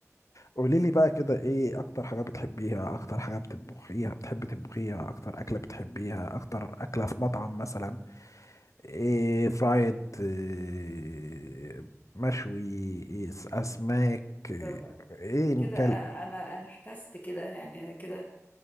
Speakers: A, on the left; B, on the left.
A: قولي لي بقى كده ايه اكتر حاجة بتحبيها اكتر حاجة بتطبخيها بتحبي تطبخيها اكتر اكلة بتحبيها اكتر اكلة في مطعم مثلا إيه فرايد إيه مشوي إيه س- أسماك إيه
B: طبعا
A: إيه نكل
B: كده آه، انا انا احتست كده يعني انا كده